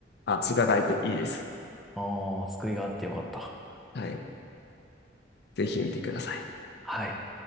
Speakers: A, on the left; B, in the centre.
A: あ、伺えていいです。
B: ああ、救いがあってよかった。
A: はい。ぜひ見てください。
B: はい。